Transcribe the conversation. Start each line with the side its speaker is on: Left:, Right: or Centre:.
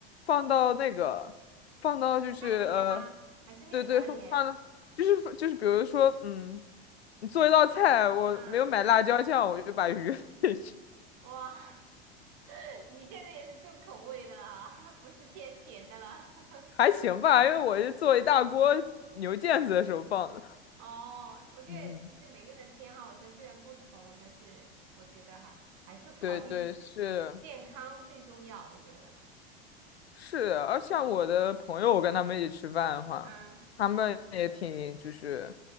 Left: 放到那个放到就是呃，
Right: <laughs> 饭里面吗？还是面条里面？
Left: 对对，放放到就是就是比如说嗯，你做一道菜，我没有买辣椒酱，
Right: 嗯，
Left: 我就把鱼 <laughs> 放进去，
Right: 哇，<laughs> 你现在也是重口味的了啊，<laughs> 不是偏甜的了。<laughs>
Left: 还行吧，因为我是做一大锅牛腱子的时候放的。
Right: 哦，我觉得其实每个人偏好它虽然不同，
Left: 嗯，
Right: 但是我觉得哈还是考虑
Left: 对对是，
Right: 健康最重要。我觉得，
Left: 是的，而像我的朋友，我跟他们一起吃饭的话，
Right: 嗯，
Left: 他们也挺就是，